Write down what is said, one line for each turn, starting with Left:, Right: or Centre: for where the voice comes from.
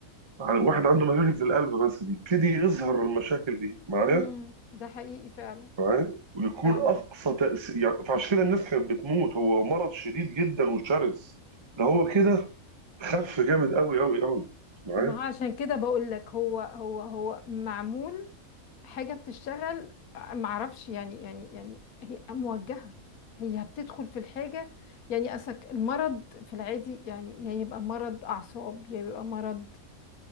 Right: عن- واحد عنده مشاكل في القلب مثلا يبتدي يظهر المشاكل دي معايا
Left: امم ده حقيقي فعلا
Right: معايا ويكون
Left: فعلا
Right: اقصى تاثير يعني فعشان كده الناس كانت بتموت هو مرض شديد جدا وشرس ده هو كده خف جامد قوي قوي قوي معايا
Left: ما هو عشان كده بقول لك هو هو هو معمول حاجة بتشتغل معرفش يعني يعني يعني هي موجهة هي بتدخل في الحاجة يعني أسك المرض في العادي يعني يا يبقى مرض أعصاب يا يبقى مرض